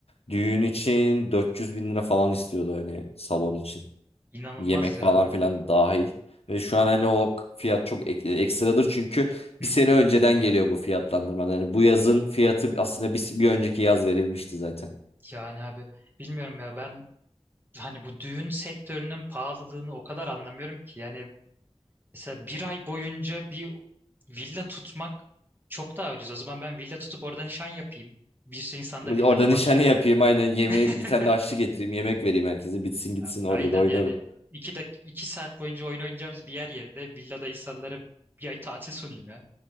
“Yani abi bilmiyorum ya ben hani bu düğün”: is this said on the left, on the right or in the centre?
Right